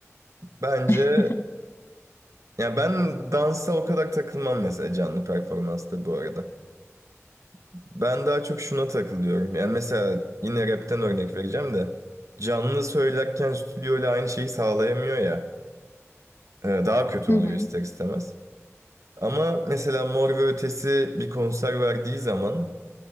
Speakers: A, on the right (about 85°); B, on the left (about 50°).
A: bence
B: <laughs>
A: ya ben dansa o kadar takılmam mesela canlı performansta bu arada. Ben daha çok şuna takılıyorum. Yani mesela yine rapten örnek vereceğim de canlı söylerken stüdyoyla aynı şeyi sağlayamıyor ya. Ee, Daha kötü
B: Hı
A: oluyor
B: hı.
A: ister istemez. Ama mesela Mor ve Ötesi bir konser verdiği zaman